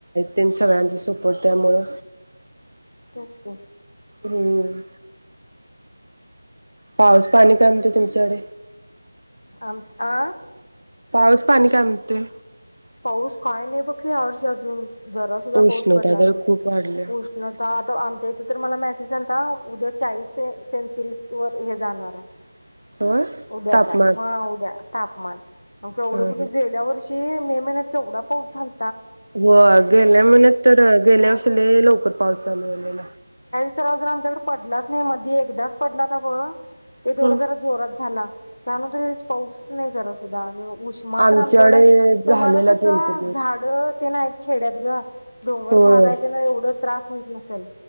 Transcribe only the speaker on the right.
तीन सगळ्यांच सोप त्यामुं
हम् पाऊस पाणी काय म्हणत्यात? तुमच्या कडे
पाऊस पाणी काय म्हणतोय
उष्णता
तर
खूप वाढल्या
हो
तापमान
ह ह
होय गेल्या महिन्यात तर गेल्या
वर्षी लय लवकर पाऊस चालू झालेला
हो
आमच्याकडे
झालेला
दोन तीन दिवस
होय